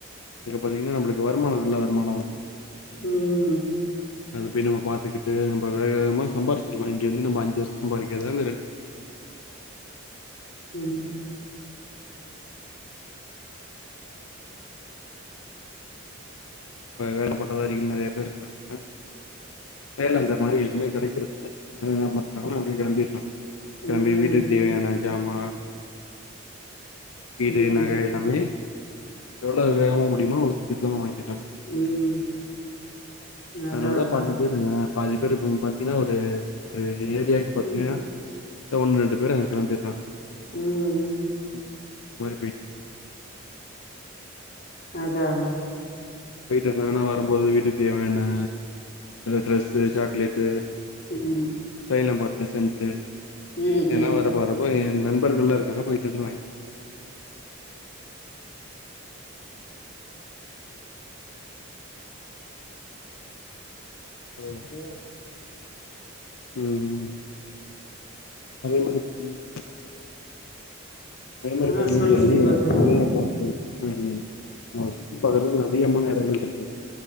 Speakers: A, on the left; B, on the left.
A: இங்க பாத்தீங்கன்னா நம்மளுக்கு வருமான நல்ல வருமான வரு
B: ம்
A: மெனுவ பாத்துக்கிட்டு நம்ம வேககமா சம்பாதிச்சிடலா இங்க வந்து நம்ம அஞ்சு வருஷ சம்பாதிக்கறத அங்க டென்
B: ம்
A: இப்ப வேலப்பட்டதாரிகள் நெறைய பேர் இருக்காங்க வேல அந்த மாரி எதுவுமே கெடக்கிறதுல்ல வேண மாறாங்கன்னா அங்கயே கிளம்பிறாங்க கெலம்பி
B: ம்
A: வீட்டுக்கு தேவையான ஜாமாலா வீடு
B: ம்
A: நக எல்லாமே எவ்ளோ வேகமா முடியுமோ அவ்ளோ சிக்கர வாங்கி ந
B: ம் அதா
A: அதனாலதா
B: அதா
A: பாதி பேருங்க பாதி பேருக்கும் பாத்தீங்கன்னா ஒரு ஒரு ஏரியாக்கு பாத்தீங்கனா
B: ம்
A: த ஒன்னு ரெண்டு பேர் அங்க கிளம்பிறாங்க
B: ம்
A: ம் போய பேட்
B: அதா அதா
A: போயிட்டு இருந்தா ஆனா வரும்போது வீட்டுக்கு தேவையான ட்ரெஸ் சாக்லேட்டு
B: ம்
A: னபாட்டலு சென்ட்டு
B: ம்
A: ஏன்னா
B: ம்
A: வரப்போறப்போ என் நண்பர்கள்ல இருக்காங்க போயிட்டு வந்து வாங்க வாங்கிட்டு
B: ம்
A: ம் ம் அதே மாரி பாத்தீங்கன்னா அதே மாரி
B: ஆ
A: பாத்தீங்கன்னா
B: சொல்லுங்க
A: தோழி
B: தோழரே
A: வெளிநாட்ல வந்து <inaudible> நம்மோ சுத்தி பாக்கறதுக்கு அதிகமான எடங்கள் இருக்கு.